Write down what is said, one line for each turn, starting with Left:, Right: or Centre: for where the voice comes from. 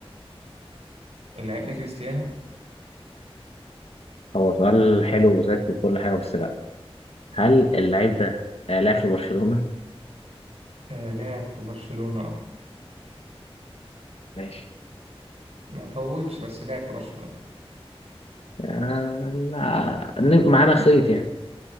Right: اللاعب ده كريستيانو
Left: هو سؤال حلو وذكي وكل حاجة بس لأ هل اللعيب ده آه، لعب في برشلونة؟
Right: آه لعب في برشلونة اه
Left: ماشي
Right: ما طولش بس لعب في برشلونة
Left: آه لا ن- معانا خيط يعني